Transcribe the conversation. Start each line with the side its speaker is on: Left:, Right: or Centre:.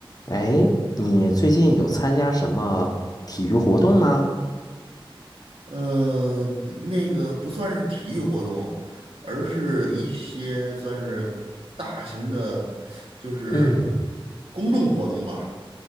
Left: 哎，你最近有参加什么体育活动吗？
Right: 呃，那个不算是体育活动，而是一些算是大型的，就是
Left: 嗯，
Right: 公众活动吧。